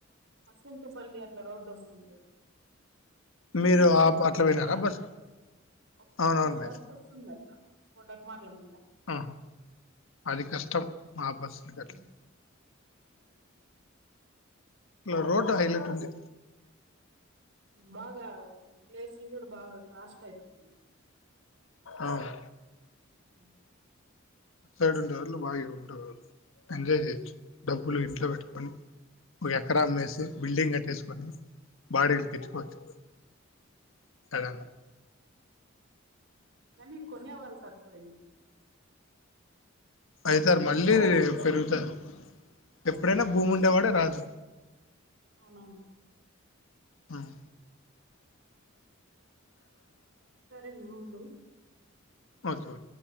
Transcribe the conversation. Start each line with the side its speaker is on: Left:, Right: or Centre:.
Right: మసూతోపల్లి అట్లా రోడ్డు వస్తుంది మ్యూట్స్డ్పోకుందా
Left: మీరు ఆ అట్లా పోయినారా బస్
Right: ఒక
Left: అవునవునులే
Right: ఆ ఒక బస్సు వస్తుంది అట్లా కోడాకుమార్ల మీద
Left: ఆహా అది కష్టం మా బస్సులు
Right: ఉమ్.
Left: గట్లు
Right: అవును
Left: ఇలా రోడ్ హైలైట్ ఉంది
Right: బాగా ప్లేస్లు కూడా బాగా కాస్ట్ అయితుది
Left: అవును
Right: ఉ
Left: ఆ సైడ్ ఉండే రోజులు బాగా ఇప్పుడు ఎంజాయ్ చేయొచ్చు డబ్బులు ఇంట్లో పెట్టుకొని ఒక ఎకరా అమ్మేసి బిల్డింగ్ కట్టేసుకొని బాడిలుకి తెచ్చుకోవచ్చు కదా
Right: కానీ కొనే వాళ్ళు తక్కువయినారు
Left: అయితారు మళ్ళీ పెరుగుతారు ఎప్పుడైనా భూమి ఉండేవాడు రాజు
Right: అవునా
Left: ఉమ్
Right: సరేనా ఉండు
Left: ఓకే ఓకే